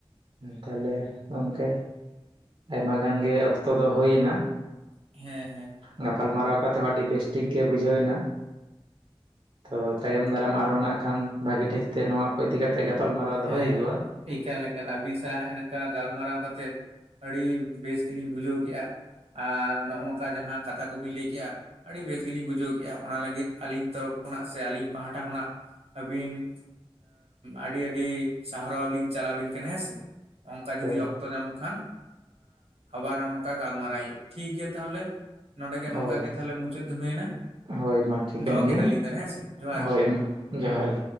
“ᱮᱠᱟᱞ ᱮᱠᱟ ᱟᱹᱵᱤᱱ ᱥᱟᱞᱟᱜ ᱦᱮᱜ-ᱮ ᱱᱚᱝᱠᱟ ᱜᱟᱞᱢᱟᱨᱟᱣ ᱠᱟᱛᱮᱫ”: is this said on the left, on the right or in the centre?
Right